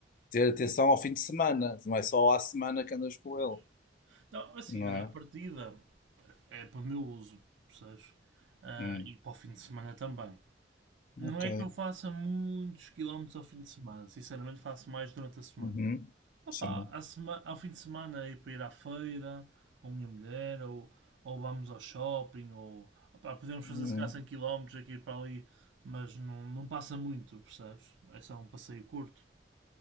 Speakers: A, on the left (about 45°); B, on the right (about 80°).
A: Ter atenção ao fim de semana, não é só à semana que andas com
B: Pois.
A: ele,
B: Não, assim,
A: não
B: olha,
A: é?
B: a partida é para o meu uso, percebes? Ah,
A: Hum,
B: e para o fim de semana também. Não
A: ok.
B: é que eu faça muitos quilómetros ao fim de semana, sinceramente faço mais durante a semana.
A: Uhum,
B: Opa,
A: sim.
B: a sema- ao fim de semana é para ir à feira com a minha mulher, ou, ou vamos ao shopping, ou opá, podemos fazer
A: Hum.
B: se calhar 100 quilómetros aqui para ali, mas não, não passa muito, percebes? É só um passeio curto.